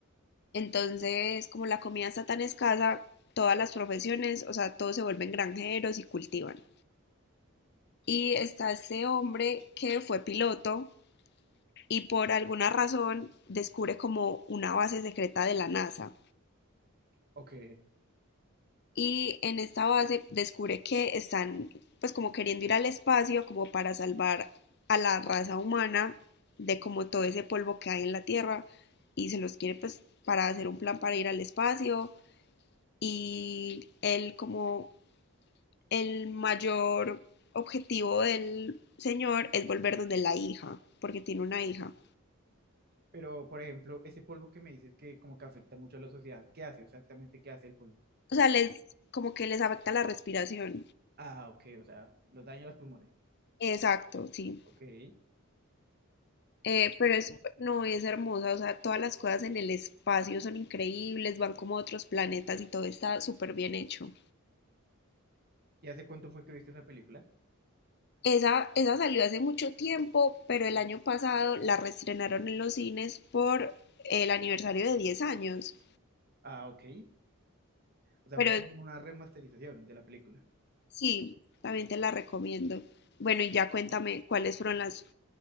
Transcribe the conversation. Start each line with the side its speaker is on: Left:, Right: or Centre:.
Left: Entonces, como la comida está tan escasa, todas las profesiones, o sea, todos se vuelven granjeros y cultivan. Y está ese hombre que fue piloto y por alguna razón descubre como una base secreta de la NASA.
Right: ok.
Left: y en esta base descubre que están pues como queriendo ir al espacio como para salvar a la raza humana de como todo ese polvo que hay en la Tierra y se los quiere pues para hacer un plan para ir al espacio y él como el mayor objetivo del señor es volver donde la hija, porque tiene una hija.
Right: Pero, por ejemplo, ese polvo que me dices que como que afecta mucho a la sociedad, ¿qué hace exactamente? ¿Qué hace el polvo?
Left: O sea, les como que les afecta la respiración.
Right: Ah, ok, o sea, los daña los pulmones.
Left: Exacto, sí.
Right: Ok. ¿Y,
Left: Eh, pero es, no, es hermosa, o sea, todas las cosas en el espacio son increíbles, van como a otros planetas y todo está súper bien hecho.
Right: y hace cuánto fue que viste esa película?
Left: Esa, esa salió hace mucho tiempo, pero el año pasado la reestrenaron en los cines por el aniversario de diez años.
Right: Ah, ok. O sea,
Left: Pero
Right: fue como una remasterización de la película.
Left: sí, también te la recomiendo. Bueno, y ya cuéntame cuáles fueron las